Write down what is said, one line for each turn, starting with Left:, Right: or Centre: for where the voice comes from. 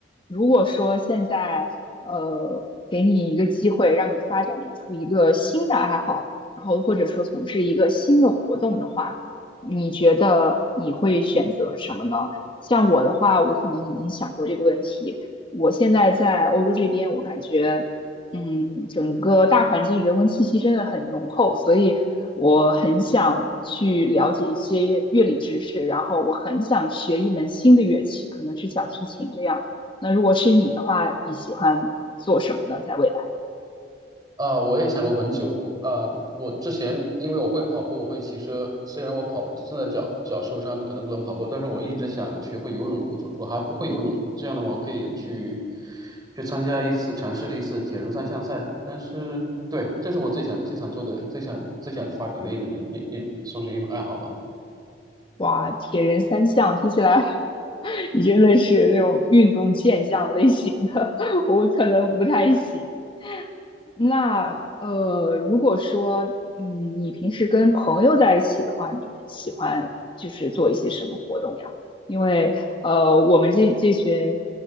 Left: 如果说现在呃给你一个机会，让你发展出一个新的爱好，然后或者说从事一个新的活动的话，你觉得你会选择什么呢？像我的话，我可能已经想过这个问题。我现在在欧洲这边，我感觉。嗯，整个大环境人文气息真的很浓厚，所以我很想去了解一些乐理知识，然后我很想学一门新的乐器，可能是小提琴这样。那如果是你的话，你喜欢做什么呢？在未来？
Right: 啊、我也想过很久啊、我之前因为我会跑步，我会骑车，虽然我跑步现在脚脚受伤，可能不能跑步，但是我一直想学会游泳。我从我还不会游泳，这样的话我可以去去参加一次，尝试一次铁人三项赛。但是，对，这是我最想最想做的，最想最想发展的一种一一种，算是一种爱好吧。
Left: 哇，铁人三项，听起来 <laughs> 你真的是那种运动健将类型的，<laughs> 我可能不太行。那呃，如果说，嗯，你平时跟朋友在一起的话，你们喜欢就是做一些什么活动呀？因为呃，我们这这群